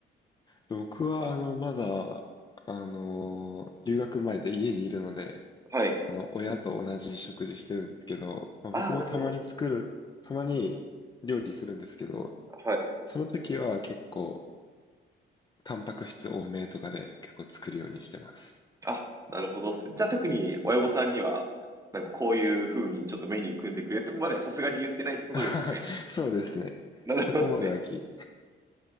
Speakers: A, on the left; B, on the right.
A: 僕は、あの、まだ、あの、留学前で家にいるので、
B: はい。
A: あの、親と同じ食事してるんですけど、まあ、
B: ああ、
A: 僕もたまに作る、
B: なるほど。
A: たまに料理するんですけど、
B: はい。
A: その時は結構、タンパク質多めとかで結構作るようにしてます。
B: あ、なるほどっすね。じゃあ特に親御さんには、なんかこういう風にちょっとメニュー組んでくれってとこまではさすがに言ってないってことですよね。
A: <laughs> そうですね。
B: なるほどですね。
A: そこまではき、い